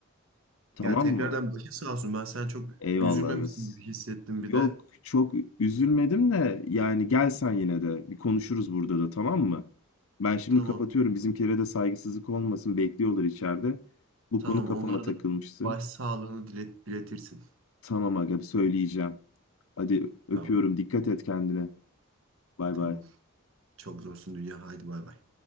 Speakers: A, on the left; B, on the right.
A: Tamam
B: Ya tekrardan
A: mı?
B: başın sağ olsun. Ben sen çok
A: Eyvallah
B: üzülmemişsin
A: Yas.
B: gibi hissettim
A: Yok
B: bir de.
A: çok üzülmedim de yani gel sen yine de bir konuşuruz burada da tamam mı? Ben şimdi
B: Tamam.
A: kapatıyorum bizimkilere de saygısızlık olmasın bekliyorlar içeride. Bu
B: Tamam.
A: konu kafama
B: Onlara
A: takılmıştı.
B: da baş sağlığını dilet, diletirsin.
A: Tamam aga söyleyeceğim. Hadi öpüyorum
B: Tamam.
A: dikkat et kendine. Bay
B: Tamam.
A: bay.
B: Çok zorsun dünya. Haydi bay bay.